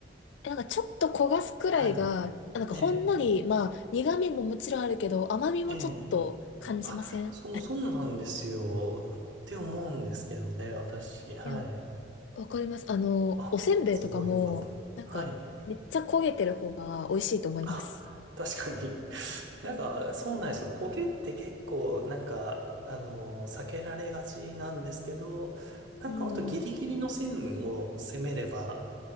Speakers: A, on the left; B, on the right.
A: えなんかちょっと焦がすくらいが、
B: はい。
A: あなんかほんのり、
B: ね
A: まあ苦味ももちろんあるけど、甘みもちょっと感じません
B: え、ええ。あ、そう、そうなんですよ。って思うんですけどね、私。はい。
A: いや、わかります。あの、
B: あ、
A: おせんべいとかも、
B: すごいよかった。
A: なんかめっちゃ焦げてる方が美味しいと思います。
B: はい。あ、確かに。<laughs> なんか、そうなんですよ。焦げって結構、なんか、あの、避けられがちなんですけど、なんか、
A: うん。
B: あとギリギリの線を攻めれば、